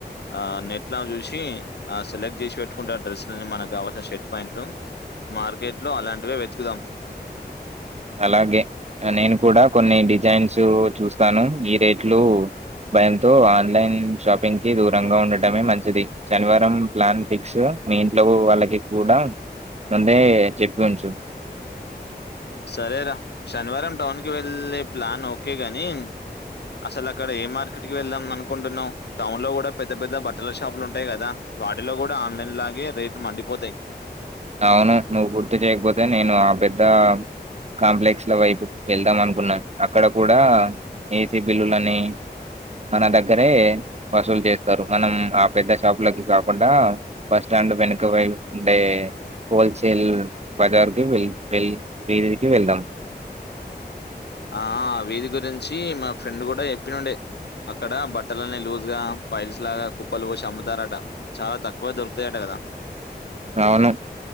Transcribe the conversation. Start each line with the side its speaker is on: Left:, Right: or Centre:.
Left: ఆ నెట్లా చూసి ఆ సెలెక్ట్ చేసి పెట్టుకుంట ఆ డ్రెస్సులని మనకు కావాల్సిన షర్ట్ ప్యాంట్లు మార్కెట్ లో అలాంటివే వెతుకుదాం
Right: అలాగే నేను కూడ కొన్ని డిజైన్స్ చూస్తాను ఈ రేట్లు భయంతో ఆన్లైన్ షాపింగ్ కి దూరంగా ఉండటమే మంచిది శనివారం ప్లాన్ ఫిక్స్ మీ ఇంట్లో వాళ్ళకి కూడా ముందే చెప్పి ఉంచు
Left: సరేరా శనివారం టౌన్ కి వెళ్ళే ప్లాన్ ఓకే గాని అసలు అక్కడ ఏ మార్కెట్కి వెళ్దాం అనుకుంటున్నావు టౌన్ లో కూడా పెద్ద పెద్ద బట్టల షాపులు ఉంటాయి కదా వాటిలో కూడా ఆన్లైన్ లాగే రేట్లు మండిపోతాయి
Right: అవును నువ్వు గుర్తు చేయకపోతే నేను ఆ పెద్ద కాంప్లెక్స్ లో వైపు వెళ్దాం అనుకున్నాను అక్కడ కూడా ఏసీ బిల్లులని మన దగ్గరే వసూలు చేస్తారు మనం ఆ పెద్ద షాపులకి కాకుండా బస్టాండ్ వెనుకవైపుండే హోల్సేల్ బజార్ ది వెల్ వే వీధికి వెళ్దాం
Left: ఆ వీధి గురించి మా ఫ్రెండ్ కూడా చెప్పినండే అక్కడ బట్టలన్నీ లూజ్ గా పైల్స్ లాగా కుప్పలు పోసి అమ్ముతారట చాలా తక్కువ దొరుకుతాయట కదా
Right: అవును